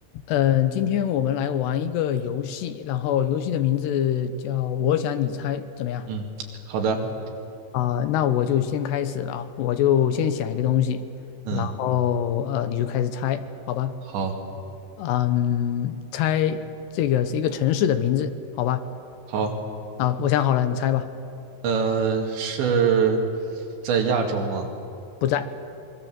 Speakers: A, on the left (about 75°); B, on the right (about 80°).
A: 嗯，今天我们来玩一个游戏，然后游戏的名字叫“我想你猜”，怎么样？
B: 嗯，好的，
A: 啊、那我就先开始了啊，我就先想一个东西，
B: 嗯，
A: 然后呃，你就开始猜，好吧？
B: 好，
A: 嗯，猜这个是一个城市的名字，好吧？
B: 好，
A: 啊，我想好了，你猜吧。
B: 呃，是在亚洲吗？
A: 不在，